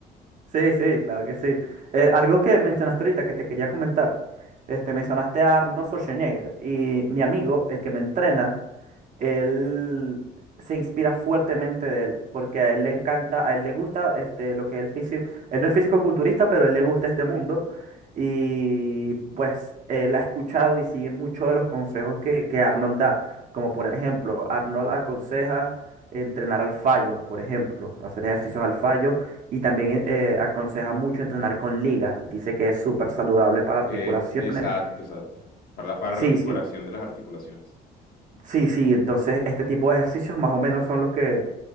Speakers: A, on the right; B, on the left.
A: Sí, sí, claro que sí. Eh, algo que mencionaste ahorita que te quería comentar, este, mencionaste a Arnold Schwarzenegger y mi amigo, el que me entrena, él se inspira fuertemente de él, porque a él le encanta, a él le gusta este, lo que es el físico, él no es físico-culturista, pero a él le gusta este mundo y pues él ha escuchado y sigue muchos de los consejos que, que Arnold da, como por ejemplo, Arnold aconseja entrenar al fallo, por ejemplo, hacer ejercicios al fallo y también eh, aconseja mucho entrenar con ligas, dice que es súper saludable para articulaciones.
B: Eh, exacto, exacto. Para, la- para
A: Sí,
B: recuperación
A: sí,
B: de las articulaciones.
A: sí, sí, entonces este tipo de ejercicios más o menos son los que